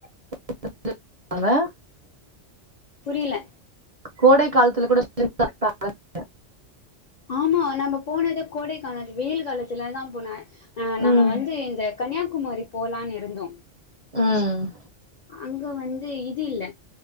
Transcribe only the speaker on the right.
<unintelligible>
கோடை காலத்துல கூட <unintelligible>
ம்
ம்